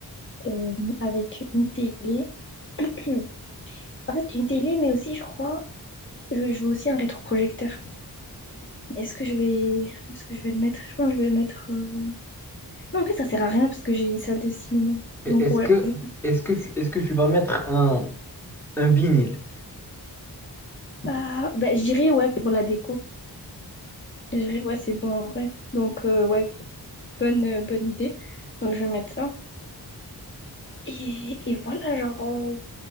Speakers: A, on the left; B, in the centre.
A: euh, avec une télé. <clears throat> En fait, une télé, mais aussi, je crois, je, je veux aussi un rétroprojecteur. Est-ce que je vais, où est-ce que je vais le mettre? Je pense que je vais le mettre. euh, Non, en fait, ça sert à rien parce que j'ai une salle de cinéma.
B: Et
A: Donc
B: Est-ce
A: ouais,
B: que,
A: je.
B: est-ce que tu, est-ce que tu vas mettre un, un vinyle?
A: Ah, bah, je dirais ouais pour la déco. Je dirais ouais, c'est bon en vrai. Donc euh, ouais, bonne euh, bonne idée. Donc je vais mettre ça. Et, et voilà, genre euh,